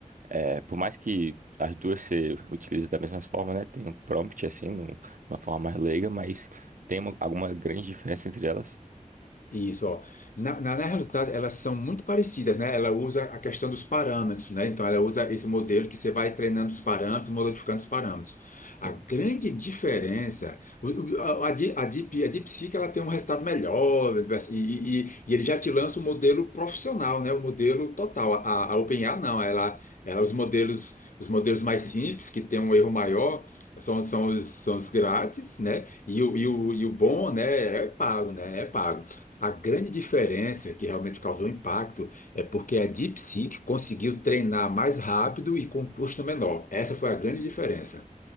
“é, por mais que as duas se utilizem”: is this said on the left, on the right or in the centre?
Right